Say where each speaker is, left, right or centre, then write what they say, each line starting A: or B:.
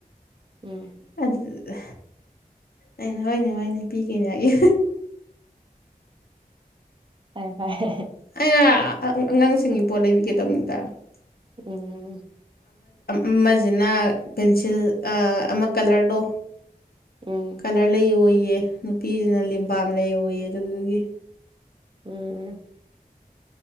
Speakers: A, on the right; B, on the left.
A: ꯎꯝ
B: ꯑꯗꯨꯗꯨꯗ ꯑꯩꯅ ꯍꯣꯏꯅꯦ ꯍꯣꯏꯅꯦ ꯄꯤꯒꯅꯦꯒꯤ
A: ꯐꯩꯌꯦ ꯐꯩꯌꯦ
B: ꯑꯩꯅ ꯑꯉꯥꯡꯁꯤꯡꯒꯤ ꯄꯣꯠ ꯂꯩꯕꯤꯒꯗꯕꯅꯤꯗ
A: ꯎꯝ
B: ꯑꯃꯁꯤꯅ ꯄꯦꯟꯁꯤꯜ ꯑꯃ ꯀꯂꯔꯗꯣ
A: ꯎꯝ
B: ꯀꯂꯔ ꯂꯩ ꯑꯣꯏꯌꯦ ꯅꯨꯄꯤꯁꯤꯅ ꯂꯤꯞ
A: ꯎꯝ
B: ꯕꯥꯝ ꯂꯩ ꯑꯣꯏꯌꯦ ꯑꯗꯨꯗꯒꯤ
A: ꯎꯝ